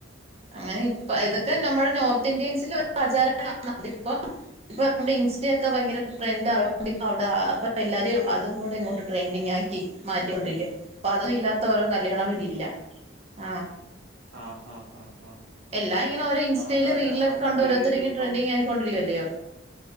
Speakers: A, on the right; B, on the right.
A: അങ്ങനെ ഇപ്പ
B: ഉം
A: ഇതൊക്കെ നമ്മുടെ നോർത്ത് ഇന്ത്യൻസിൽ ആചാ <unintelligible> പ്പോ ഇ നമ്മ ഇൻസ്റ്റൊക്കെ ഭയങ്കര ട്രെൻഡ അപ്പൊ എല്ലാരും അതും കൂടി ഇങ്ങോട്ട് ട്രെന്റിങ്ങാക്കി മാറ്റൊണ്ടിരിക്ക ഇപ്പൊ അതൊന്നും ഇല്ലാത്ത ത്ത ഓരോ കല്യാണവീടില്ല. ആ
B: ആ ആ ആ
A: എല്ലാം ഇങ്ങനെ ഓരോ ഇൻസ്റ്റയില്
B: അതാ
A: റീലിലൊക്കെ
B: ഞാൻ നമ്മുടെ
A: കണ്ട ഓരോരുത്തർങ്ങനെ
B: ഏരിയയിലും ഇപ്പം
A: ട്രെൻഡിങ് ആയിക്കൊണ്ടിരിക്കുകയല്ലിയോ?